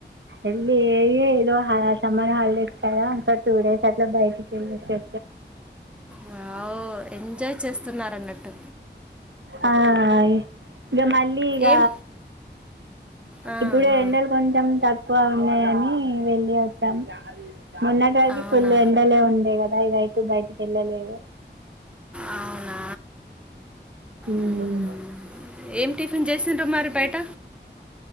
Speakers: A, on the right; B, in the centre.
A: వెళ్ళి ఏ ఏదో సమ్మర్ హాలిడేస్ కదా అంత టూ డేస్ అట్లా బయటికి వెళ్వచ్చు
B: వావ్ ఎంజాయ్ చేస్తున్నారన్నట్టు
A: ఆ హమ్ ఇగ మళ్ళీ ఇగ
B: ఏం ఆ,
A: ఇప్పుడు
B: ఆ,
A: ఎండలు కొంచెం తక్ బాగున్నాయని వెళ్ళి వద్దాం మన్నటివరిగి
B: అవునా
A: ఫుల్ ఎండలే ఉండే గదా ఇదైతు బయటికి వెళ్ళలేదు
B: అవునా
A: హమ్
B: మ్మ్హ్మ్. ఏం టిఫిన్ చేసిండ్రు మర్ పేట